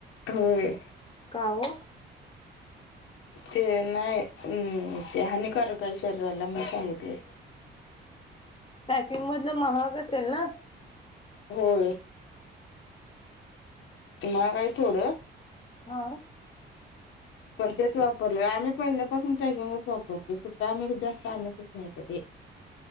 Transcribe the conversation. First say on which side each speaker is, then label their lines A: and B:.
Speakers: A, on the left; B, on the left.
A: होय.
B: का हो.
A: ते नाही हम्म ते हानिकार आहे शरीराला मण सांगितले.
B: पॅकिंग मधलं महाग असेल ना.
A: होय. महाग हाय थोडं
B: हा.
A: पण तेच वापरले आम्ही पहिल्यापासून पॅकिंगच वापरते सुट्टा आम्ही जास्त आणतच नाही कधी. <inaudible>